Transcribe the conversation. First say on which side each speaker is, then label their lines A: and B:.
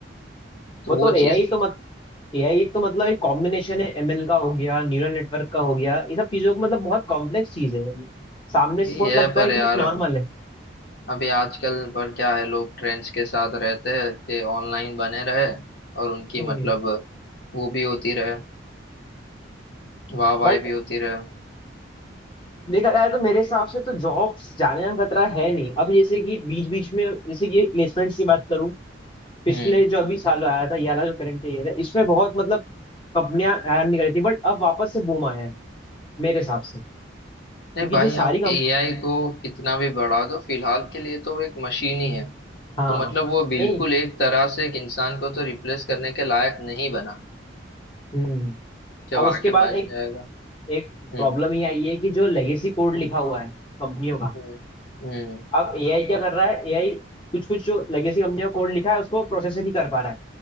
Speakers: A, on the left; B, on the left.
A: तो
B: वो
A: वो
B: तो एआई
A: चीज
B: तो एआई तो मतलब एक कॉम्बिनेशन है एमएल का हो गया न्यूरल नेटवर्क का हो गया ये सब चीजों को मतलब बहुत कॉम्प्लेक्स चीज है मतलब सामने
A: यही
B: से बहुत
A: है
B: लगता
A: पर
B: है
A: यार
B: कि नॉर्मल है
A: अभी आजकल पर क्या है लोग ट्रेंड्स के साथ रहते हैं ते ऑनलाइन बने रहे और उनकी
B: हम्म
A: मतलब वो भी होती रहे वाह वाह
B: बट
A: भी होती रहे
B: देखा जाए तो मेरे हिसाब से तो जॉब्स जाने का खतरा है नहीं अब जैसे कि बीच बीच में जैसे कि प्लेसमेंट्स की बात करूं पिछले
A: हम्म
B: जो अभी साल आया था ये वाला जो करंट ईयर है इसमें बहुत मतलब कंपनियां हायर नहीं कर रही थी बट अब वापस से बूम आया है मेरे हिसाब से
A: नहीं
B: क्योंकि
A: भाई
B: जो सारी
A: आप
B: कंप
A: एआई को कितना भी बढ़ा दो फिलहाल के लिए तो वो एक मशीन ही है
B: हाँ
A: तो मतलब वो बिल्कुल
B: नहीं
A: एक तरह से एक इंसान को तो रिप्लेस करने के लायक नहीं बना
B: हम्म
A: जब
B: अब
A: आगे
B: उसके बाद
A: बन
B: एक
A: जाएगा
B: एक
A: हम्म
B: प्रॉब्लम ये आई है कि जो लेगेसी कोड लिखा हुआ है कंपनियों का
A: हम्म हम्म
B: अब एआई क्या कर रहा है एआई कुछ कुछ जो लेगेसी कंपनियों का कोड लिखा है उसको प्रोसेस ही नहीं कर पा रहा है